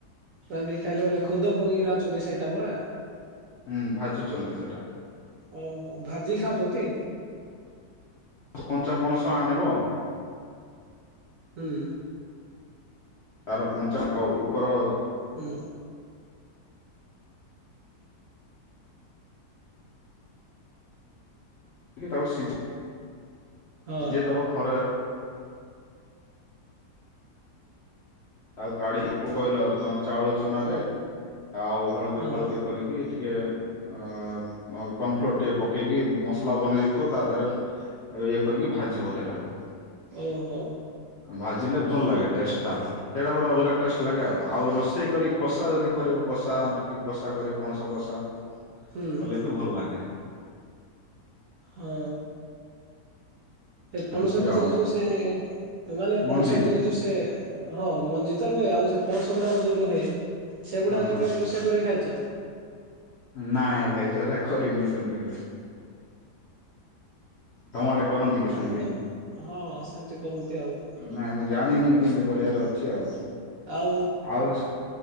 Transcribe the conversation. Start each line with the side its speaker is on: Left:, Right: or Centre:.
Right: ରାନ୍ଧିକି ଖାଇଲେ ବୋଲେ ଖୁଦ ପକେଇକି ରାନ୍ଧୁଛନ୍ତି ସେଇଟା ପୁରା।
Left: ହୁଁ ଭାଜୁଚନ୍ତି ସେଟା।
Right: ଓହୋ ଭାଜିକି ଖାଉଚନ୍ତି।
Left: କଞ୍ଚା ପଣସ ଆଣିବ।
Right: ହୁଁ।
Left: ତାର କଞ୍ଚା ତାର ଉପର
Right: ହୁଁ।
Left: ଇକି ତାକୁ ସିଜେ
Right: ହଁ
Left: ସିଜେଇ ଦବ ଥରେ। ଆଉ କାଢି ତାକୁ କହିଲ ତମ ଚାଉଳ ଚୁନା ରେ ଆଉ ହଳଦୀ
Right: ହଁ
Left: ଫଳଦୀ କରିକି ଟିକେ ଅ କର୍ଣ ଫ୍ଲୋର ଟିକେ ପକେଇକି ମସଲା ବନେଇ ଦେଇେଇଥିବ ତା ଦେହରେ ଇଏ କରିକି ଭାଜିବ ସେଇଟାକୁୁ
Right: ଓହୋ
Left: ଭାଜିଲେ ଭଲ ଲାଗେ ଟେଷ୍ଟ ତାର ସେଟା ଗୋଟେ ଅଲଗା ଟେଷ୍ଟ ଲାଗେ ଆଉ ଆଉ ରୋଷେଇ କରି କଷା ଯଦି କରିବ କଷା କି କଷା କରିବ ପଣସ କଷା
Right: ହୁଁ
Left: କଲେ ବି ଭଲ ଲାଗେ।
Right: ହଁ ଏ ପଣସ
Left: ଏମିତି
Right: ଭିତରେ
Left: ଆଉ
Right: ଯୋଉ ସେ ମାନେ
Left: ମଞ୍ଜି
Right: ପଣସ ଭିତରେ ଯୋଉ ସେ ହଁ ମଞ୍ଜିିତ ରୁହେ ଆଉ ସେ ପଣସ ଗୁଡାକ ଯୋଉ ରୁହେ ସେଗୁଡାକ
Left: ହଁ ହଁ
Right: ବି ରୋଷେଇ କରିକି ଖାଇଛ।
Left: ନାଇଁ ଭାଇ ସେଟା କରିନି ସେମିତି କେବେ। ତମ ଆଡେ କରନ୍ତି କି
Right: ଆମ
Left: ସେମତି।
Right: ପଟ ହଁ ସେମିତି କରନ୍ତି ଆଉ
Left: ନାଇଁ ମୁଁ ଜାଣିନି କେମିତି କରିବାର ଅଛି ଆଉ।
Right: ଆଉ।
Left: ଆଉ